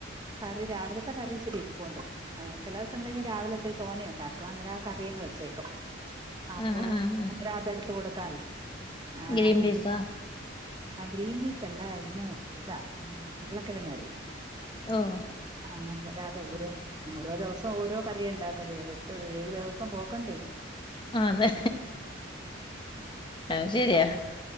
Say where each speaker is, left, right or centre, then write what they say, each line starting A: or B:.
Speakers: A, on the right (about 20°); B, on the left (about 25°).
A: കറി രാവിലത്തെ കറി ഇച്ചിരിരുപ്പുണ്ട്‌. ആഹാ ചെല ദിവസങളില് ഞാ രാവിലത്തെ. തോനെയുണ്ടാക്കും അന്നേരം ആ കറിയങ്ങ് വെച്ചേക്കും. അപ്പൊ
B: ആഹ് ആഹ് ആഹ്
A: അങ്ങനെ അതെടുത്ത് കൊടുക്കാല്ലെ ആ
B: ഗ്രീൻ
A: അല്ലെങ്കി
B: പീസോ
A: ആ ഗ്രീൻപീസല്ല ഇന്ന് ഇതാ ഉം ഉരുളക്കെഴങ്ങ് കറിയാ.
B: ഓഹൊ
A: ആഹ് വരാതെ ഓരോ ഓരോ ദുവസം ഓരോ കറിയാണ്ടാക്കുന്നത് വറ്റത് ഏഴു ദുവസം പോക്കെണ്ടെ
B: അതെ അഹ് ശെരിയാ